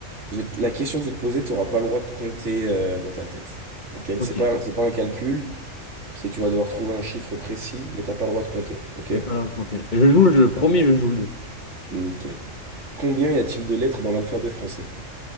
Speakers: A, on the right; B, on the left.
A: je vais te- la question que je vais te poser, t'auras pas le droit de compter euh, dans ta tête. Ok,
B: Ok,
A: c'est pas, c'est pas un calcul, c'est tu vas devoir trouver un chiffre précis, mais t'as pas le droit de compter. Ok,
B: j'ai pas l'air de compter. Je joue le jeu, promis, je joue le jeu.
A: nickel. Combien y a-t-il de lettres dans l'alphabet français?